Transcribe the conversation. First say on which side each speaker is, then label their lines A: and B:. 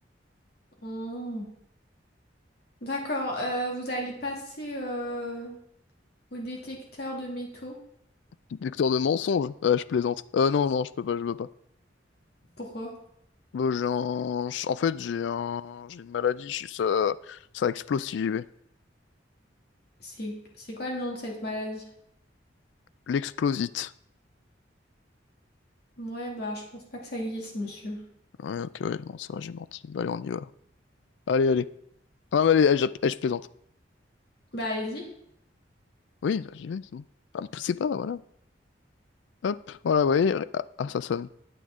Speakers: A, on the left; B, on the left.
A: Hmm. D'accord. Euh, vous allez passer euh, au détecteur de métaux.
B: Détecteur de mensonges? Ah, je plaisante. Euh, non, non, je peux pas, je peux pas.
A: Pourquoi?
B: Bon, j'ai un... ch- En fait, j'ai un... J'ai une maladie, je suis- ça... ça explose si j'y vais.
A: C'est c'est quoi le nom de cette maladie?
B: L'explosite.
A: Ouais, bah je pense pas que ça existe, monsieur.
B: Ouais, ok, ouais, non, ça va, j'ai menti. Bah, allez, on y va. Allez, allez. Ah, mais allez, eh, je, eh, je plaisante.
A: Bah allez-y.
B: Oui, bah, j'y vais, c'est bon. Ah, me poussez pas, voilà. Hop, voilà, vous voyez. Ah, ah, ça sonne.